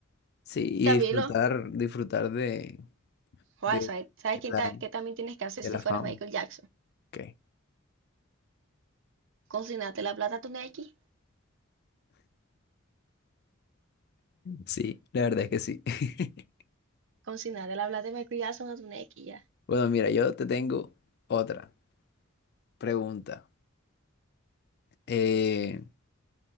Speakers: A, on the left; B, on the right.
A: Sí, y
B: También
A: disfrutar,
B: lo...
A: disfrutar de,
B: Joder,
A: de,
B: ¿sabes, sabes
A: de
B: quién
A: la,
B: ta- qué también tienes que hacer
A: de
B: si
A: la
B: fueras
A: fama.
B: Michael Jackson?
A: Ok.
B: Consignarte la plata a tu Nequi.
A: Sí, la verdad es que sí. <laughs>
B: Consignarte la plata de Michael Jackson a tu Nequi, ya.
A: Bueno, mira, yo te tengo otra pregunta. Eh,